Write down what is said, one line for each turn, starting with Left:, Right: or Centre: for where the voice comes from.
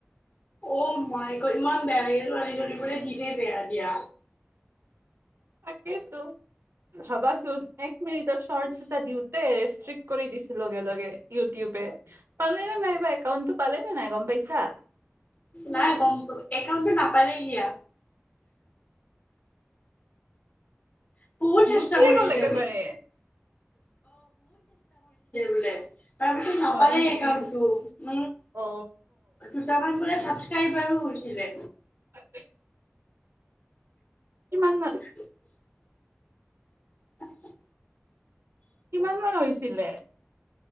Left: অ, মাই গড, ইমান বেয়া লাগিলো <inaudible> দিনেই বেয়া দিয়া।
Right: তাকেটো। ভাবাচোন এক মিনিটৰ শৰ্টছ এটা দিওঁতে, ৰেষ্ট্ৰিক্ট কৰি দিছো লগে, লগে। ইউটিউবে, পালে নে, নাইবা একাউণ্টটো পালে নে, নাই, গম পাইছা?
Left: নাই গম প, একাউন্টতো নাপালে দিয়া। <unintelligible> অ, বহুত চেষ্টা
Right: গুচিয়ে
Left: কৰিছিলে
Right: গ'ল একেবাৰে
Left: বোলে। তপিছো নাপালেই
Right: হয় নেকি
Left: একাউন্টতো উম,
Right: অ
Left: দুটামান বোলে, ছাবচক্ৰবাৰো হৈ গৈছিলে।
Right: <inaudible> কিমান মান?
Left: <inaudible> হয়।
Right: কিমান মান, হৈছিলে?